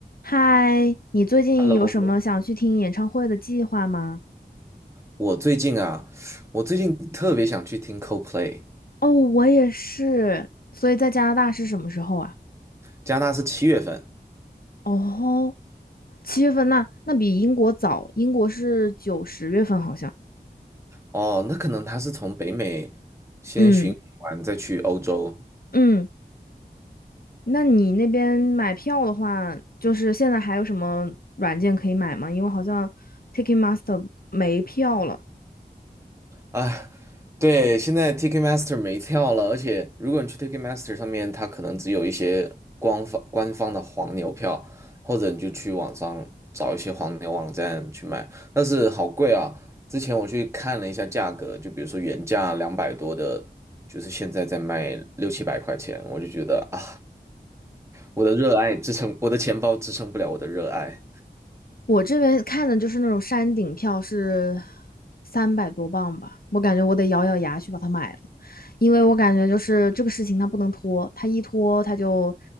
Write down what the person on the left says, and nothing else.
嗨，你最近有什么想去听演唱会的计划吗？
哦，我也是。所以在加拿大是什么时候啊？
哦，七月份那那比英国早，英国是九十月份好像。
嗯嗯，那你那边买票的话，就是现在还有什么软件可以买吗？因为好像 Ticketmaster 没票了。
我这边看的就是那种山顶票是三百多磅吧，我感觉我得咬咬牙去把它买了，因为我感觉就是这个事情它不能拖，它一拖它就